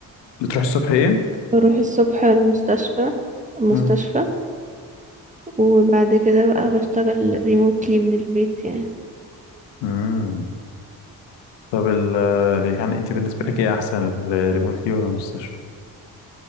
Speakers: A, on the left (about 80°); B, on the right (about 20°).
A: بتروحي الصبح ايه
B: بروح الصبح المستشفى المستشفى
A: امم
B: وبعد كده بقى بشتغل ريموتلي من البيت يعني
A: امم طب ال يعني انت بالنسبه
B: ف-
A: لك ايه احسن الريموتلي ولا المستشفى